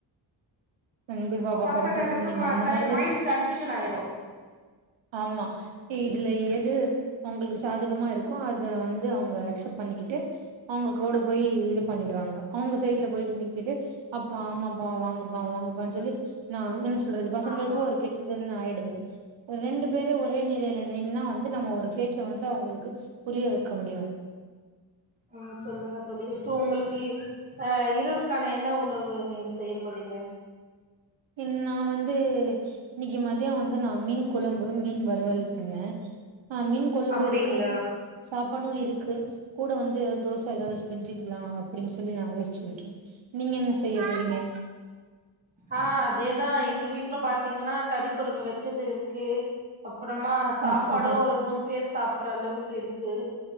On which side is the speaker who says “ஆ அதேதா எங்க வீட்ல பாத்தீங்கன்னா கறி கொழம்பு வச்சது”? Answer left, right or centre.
Right